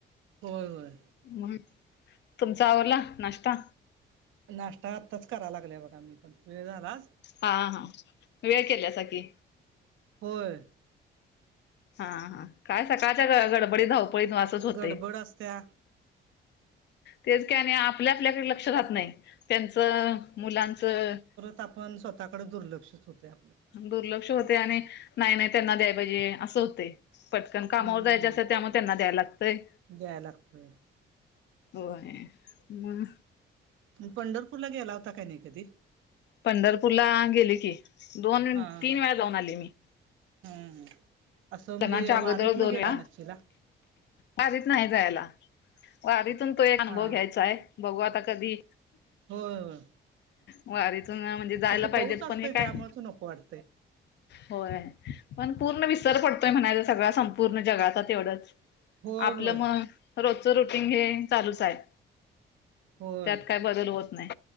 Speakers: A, on the right; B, on the left.
A: होय होय
B: मग तुमचा आवला नाश्ता
A: नाश्ता आताच कराव लागले बघा मी पण वेळ झालाच
B: हा हा वेळ केल्या स की
A: होय
B: हा हा काय सकाळच्या ग गडबडी धावपळीतवासच होते
A: गडबड असत्या
B: तेच का आणि आपल्या आपल्याकडे लक्ष राहत नाही त्यांचं मुलांचं
A: त आपण स्वतःकडे दुर्लक्षच होतय आपलं
B: दुर्लक्ष होते आणि नाही नाही त्यांना द्याय पाहिजे असं होते पटकन कामावर
A: हम्म
B: जायच असत त्यामु त्यांना द्यायला लागतय
A: द्याय लागतोय
B: होय म
A: पंढरपूरला गेला होता काही नाही कधी
B: पंढरपूरला गेले की दोन
A: हां
B: तीन
A: हां
B: वेळा जाऊन आले मी
A: हम्म असं म्हणजे
B: लग्नाच्या अगोदर
A: वारीफ
B: दोन
A: न गेला
B: वेळा
A: नचीला
B: वारीत नाही जायला वारीतून तो एक अनुभव
A: हा
B: घ्यायचा आहे बघू आता कधी
A: होय होय
B: वारीतून म्हणजे जायला
A: तर ते
B: पाहिजेत
A: पाऊच असतय
B: पण हे
A: त्यामुळेच
B: काय
A: नको वाटतंय.
B: होय पण पूर्ण विसर पडतोय म्हणायच सगळ संपूर्ण जगचा तेवढंच
A: होय
B: आपलं
A: होय
B: म रोजच रुटीन हे चालूच आहे
A: होय
B: त्यात काय बल होत नाही